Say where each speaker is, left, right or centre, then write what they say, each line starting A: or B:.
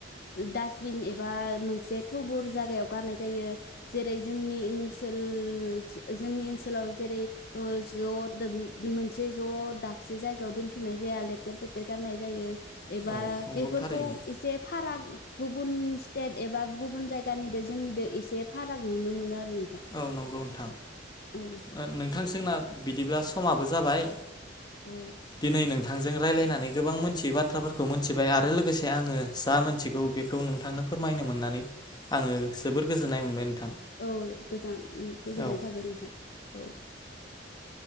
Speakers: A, on the left; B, on the left.
A: डासटबिन एबा मोनसे थबुर जागायाव गारनाय जायो। जेरै जोंनि ओनसोल जो-जोंनि ओनसोलाव जेरै ओ ज' मोनसे ज' दाबसे जायगायाव दोन थुनाय जाया लेथेर फेथेर गारनाय जायो। एबा
B: औ नंगौ
A: बेफोरखौ
B: थारैनो
A: एसे फाराग गुबुन सिटेट एबा गुबुन जायगानिदो जोंनिदो एसे फाराग नुनो मोनो आरो। नोंथां
B: औ नंगौ नोंथां।
A: औ
B: ओ नोंथां जोंना बिदिब्ला समाबो जाबाय।
A: औ
B: दिनै नोंथांजों रायज्लायनानै गोबां मोनथियै बाथ्राफोरखौ मोनथिबाय आरो लोगोसे आङो जा मोनथिगौ बेखौ नोंथांनो फोरमायनो मोननानै आङो जोबोर गोजोननाय मोनबाय नोंथां
A: औ गोजान गोजोननाय
B: औ
A: थाबाय नोंथां औ